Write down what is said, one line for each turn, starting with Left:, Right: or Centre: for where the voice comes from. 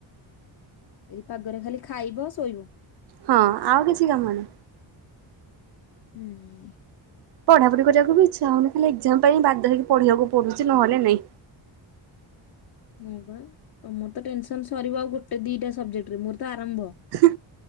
Left: ଏଇ ପାଗରେ ଖାଲି ଖାଇବ ଶୋଇବ।
Right: ହଁ ଆଉ କିଛି କାମ ନାହିଁ।
Left: ହୁଁ।
Right: ପଢ଼ା ପଢି କରିବାକୁ ବି ଇଚ୍ଛାହଉନି ଖାଲି ଏକ୍ଜାମ ପାଇଁ ବାଧ୍ୟ ହେଇକି ପଢ଼ିବାକୁ ପଡୁଛି ନହେଲେ ନାଇଁ।
Left: ହଁ ବା ତମର ତ ଟେନସନ ସରିବ ଆଉ ଗୋଟେ ଦିଟା ସବଜେକ୍ଟରେ ମୋର ତ ଆରମ୍ଭ।
Right: ହୁଁ